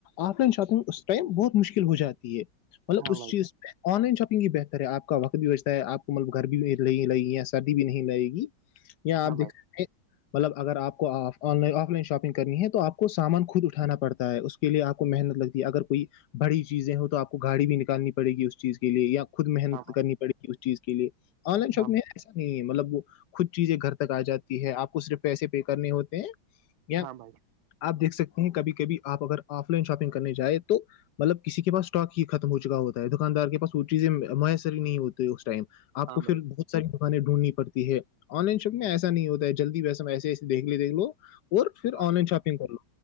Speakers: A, on the left; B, on the right.
A: آف لائن شاپنگ اس ٹائم بہت مشکل ہو جاتی ہے مطلب
B: ہاں
A: اس
B: بھائی
A: چیز آن لائن شاپنگ بھی بہتر ہے آپ کا وقت بھی آپ کو مطلب گرمی بھی نہیں لگے گی یا سردی بھی نہیں لگے گی یا
B: ہاں
A: آپ دیک
B: بھائی
A: سکتے ہیں مطلب اگر آپ کو آف لائن شاپنگ کرنی ہے تو آپ کو سامان خود اٹھانا پڑتا ہے کے لیے آپ کو محنت لگتی ہے اگر کوئی بڑی چیزیں ہو تو آپ کو گاڑی بھی نکالنی پڑے گی اس چیز کے لیے یا خود محنت
B: ہاں بھائی
A: کرنی پڑ گی اس چیز کے لیے آن لائن شاپنگ
B: ہاں
A: ایسا نہیں ہے مطلب وہ خود چیزیں گھر تک آ جاتی ہے آپ کو صرف پیسے پے کرنے ہوتے ہیں یا
B: ہاں بھائی
A: آپ دیکھ سکتے ہیں کبھی کبھی آپ اگر آف لائن شاپنگ کرنے جائیں تو مطلب کسی کے پس اسٹاک ہی ختم ہو چکا ہوتا ہے دکاندار کے پس وہ چیزیں میسر ہی نہیں ہوتی اس ٹائم آپ
B: ہاں
A: کو پھر
B: بھائی
A: بہت ساری دکانیں ڈھونڈنی پڑتی ہے آن لائن شاپگ ایسا نہیں ہوتا ہے جلدیسا ایسے ایسے دیکھ ل دیکھ لو اور پھر
B: ہاں
A: آن
B: بھائی
A: لائن شاپنگ کر لو